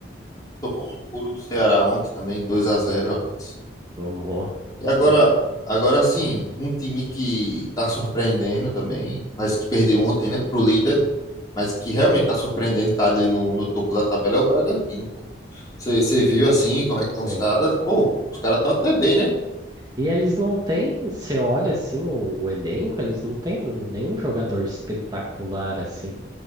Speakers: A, on the left; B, on the right.
A: Tomou um couro do Ceará ontem também, 2 a zero rapaz.
B: Tomou.
A: E agora,
B: E-
A: agora sim, um time que tá surpreendendo também, mas que perdeu ontem, né, pro líder, mas que realmente tá surpreendendo, tá ali no, no topo da tabela, é o Bragantino, pô. Você viu assim, como é que
B: Sim.
A: estão os caras? Pô, os caras estão até bem, né?
B: E eles não têm, você olha assim o, o elenco, eles não têm nenhum jogador espetacular assim.